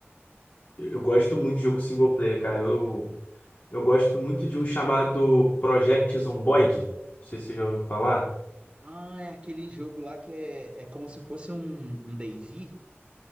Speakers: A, on the left; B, on the right.
A: Eu gosto muito de jogo single player, cara. Eu, eu gosto muito de um chamado Project Zomboid. Não sei se você já ouviu falar.
B: Ah, é aquele jogo lá que é, é como se fosse um, um DayZ?